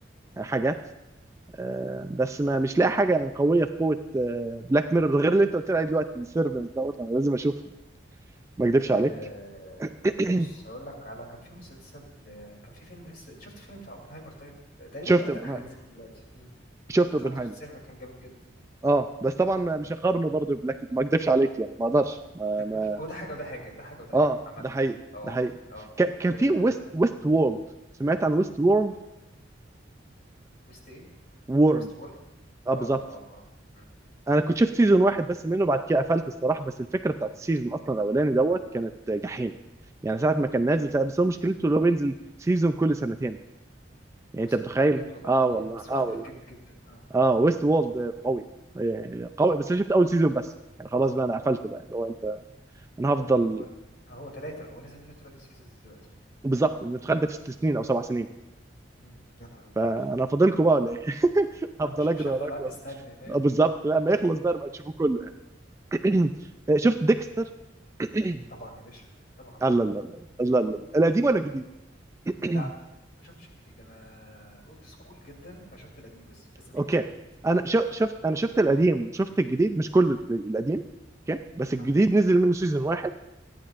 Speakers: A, on the right; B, on the left.
A: حاجات آه، بس ما مش لاقي حاجه يعني قويه في قوه آه بلاك ميرور غير اللي انت قلت لي عليه دلوقتي السيرفنس دوت انا لازم اشوفه ما اكذبش
B: آه
A: عليك
B: بص
A: <clears throat>
B: هقول لك على كان في مسلسل آه، كان في فيلم لسه شفت فيلم بتاع اوبنهايمر طيب آه، تقريبا
A: شفت
B: ده اتقل
A: اوبنهايمر
B: حاجه نزلت دلوقتي مم.
A: شفت
B: انا دخلت
A: اوبنهايمر
B: في السينما كان جامد جدا مم.
A: اه بس طبعا ما- مش هقارنه برضه ببلاك ما اكذبش عليك يعني ما اقدرش ما
B: بلاك
A: ما
B: مير- هو ده حاجه وده حاجه ده حاجه وده
A: اه
B: حاجه عامه
A: ده حقيقي
B: اه
A: ده حقيقي
B: اه
A: ك- كان
B: آه،
A: في ويست ويست وورلد سمعت عن ويست وورلد
B: ويست ايه
A: وورلد
B: ويست وورلد اه
A: اه بالظبط
B: اه اه مم.
A: انا كنت شفت سيزون واحد بس منه بعد كده قفلت الصراحه بس الفكره بتاعت السيزون اصلا الاولاني دوت كانت جحيم يعني ساعه ما كان نازل ساعة بس هو مشكلته اللي هو بينزل سيزون كل سنتين يعني
B: اقسم
A: انت متخيل
B: بالله بجد والله
A: اه والله
B: مم، بس
A: اه
B: واخد
A: والله
B: ريت جامد جدا اه
A: اه ويست وولد قوي آه، قوي بس انا شفت اول سيزون بس يعني خلاص بقى انا قفلت بقى اللي هو انت انا
B: هو
A: هفضل
B: هو هو ثلاثه هو نزل منه ثلاثه سيزونز دلوقتي
A: بالظبط انت متخيل ده في ست سنين او سبع سنين
B: مم، يا نهار ابيض
A: انا فاضلكم بقى ولا ايه <laughs>
B: ده
A: هفضل
B: مش
A: اجري
B: مش هفضل
A: وراك
B: قاعد
A: ولا
B: مستني فاهم
A: آه، بالظبط
B: مم.
A: لا ما يخلص بقى نبقى نشوفه كله يعني <clears throat> آه، شفت ديكستر <clears throat>
B: طبعا يا باشا طبعا
A: لا لا لا لا لا لا القديم ولا الجديد <clears throat>
B: لا ما شفتش الجديد انا اولد سكول جدا فشفت القديم بس لسه ما
A: اوكي
B: شفتش الجديد
A: انا شو- شفت انا شفت القديم وشفت الجديد مش كله القديم اوكي بس الجديد
B: اه
A: نزل منه سيزون واحد